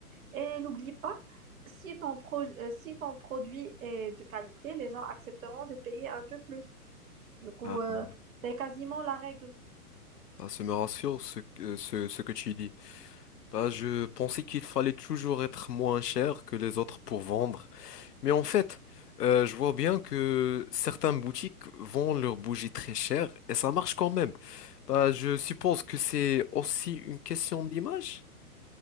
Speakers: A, on the right; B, on the left.
A: Et n'oublie pas, si ton pro- euh, si ton produit est de qualité, les gens accepteront de payer un peu plus. Du coup,
B: Ah,
A: euh, c'est quasiment la règle.
B: bah, ça me rassure ce, que- ce, ce que tu dis. Bah, je pensais qu'il fallait toujours être moins cher que les autres pour vendre. Mais en fait, euh, je vois bien que certaines boutiques vendent leurs bougies très chères et ça marche quand même. Bah, je suppose que c'est aussi une question d'image.